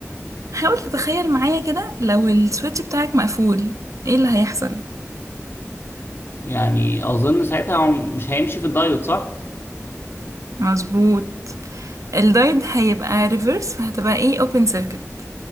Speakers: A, on the right; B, on the left.
A: حاول تتخيل معايا كده لو السويتش بتاعك مقفول ايه اللي هيحصل
B: يعني اظن ساعتها هو مش هيمشي في الدايود صح
A: مظبوط الدايد هيبقى ريفرس فهتبقى ايه اوبن سيركت